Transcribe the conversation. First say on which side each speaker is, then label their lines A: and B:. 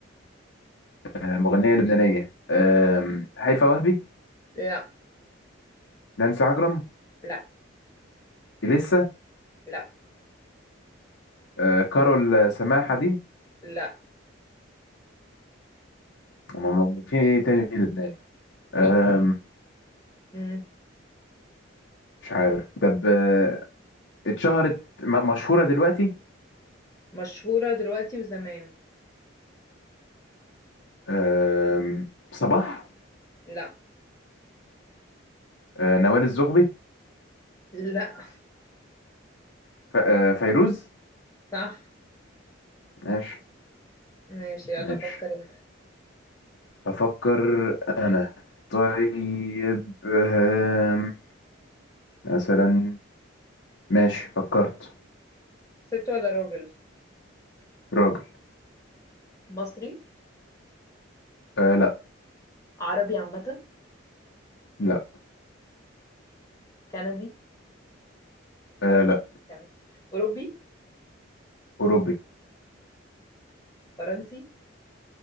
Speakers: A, on the left; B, on the left.
A: آه، مغنية لبنانية آم، هيفاء وهبي
B: لا
A: نانسي عجرم
B: لا
A: إليسا
B: لا
A: آه، كارول آه، سماحة دي
B: لا
A: ما- ما- ما- في ايه تاني لبناني
B: في
A: آم،
B: ك- مم.
A: مش عارف طب آه، اتشهرت م- مشهورة دلوقتي
B: مشهورة دلوقتي وزمان
A: آم، صباح
B: لا
A: آه، نوال الزغبي
B: لا
A: ف- آه، فيروز
B: صح
A: ماشي
B: ماشي يلا
A: ماشي
B: فكر انت
A: أفكر أنا طيب آم، مثلا ماشي فكرت
B: ست ولا راجل
A: راجل
B: مصري
A: آه لا
B: عربي عامة
A: لا
B: كندي
A: آه
B: طرش
A: لا
B: كندي أوروبي
A: أوروبي
B: فرنسي